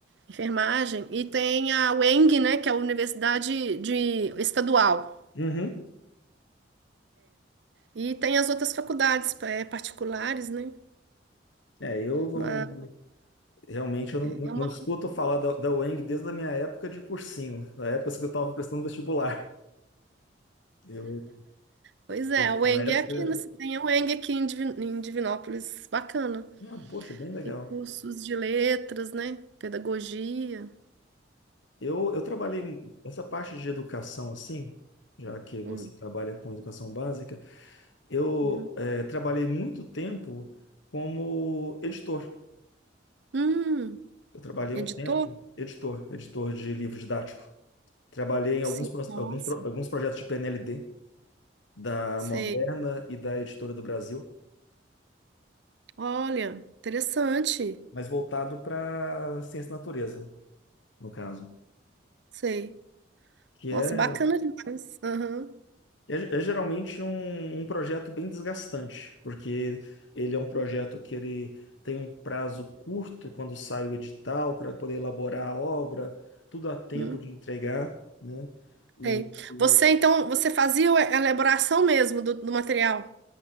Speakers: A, on the right; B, on the left.
A: enfermagem, e tem a UENG, né, que é a Universidade de, Estadual.
B: Uhum.
A: E tem as outras faculdades é, particulares, né?
B: É, eu não.
A: Mas
B: Realmente eu não,
A: é uma,
B: não escuto falar da, da UENG desde a minha época de cursinho, da época que eu estava prestando vestibular. Eu,
A: pois
B: eu,
A: é,
B: eu-
A: a UENG
B: na época,
A: é aqui, né, tem a UENG aqui em Divi- em Divinópolis, bacana.
B: ah, poxa, bem legal.
A: Tem cursos de letras, né? Pedagogia.
B: Eu, eu trabalhei essa parte de educação assim, já que você
A: Hum,
B: trabalha com educação básica, eu
A: uhum.
B: eh, trabalhei muito tempo como editor.
A: Hum,
B: Eu trabalhei
A: editor?
B: um tempo editor, editor de livro didático. Trabalhei em
A: Sim,
B: alguns, pro-
A: nossa.
B: alguns, pro- alguns projetos de PNLD da
A: Sei.
B: Moderna e da Editora do Brasil.
A: Olha, interessante.
B: mas voltado para ciência da natureza, no caso.
A: Sei.
B: Que
A: Nossa,
B: é,
A: bacana
B: é,
A: demais. Aham.
B: é geralmente um, um projeto bem desgastante, porque ele é um projeto que ele tem um prazo curto quando sai o edital para poder elaborar a obra, tudo a tempo
A: Hum,
B: de entregar, né? E,
A: sei.
B: e,
A: Você, então, você fazia a elaboração mesmo do, do material?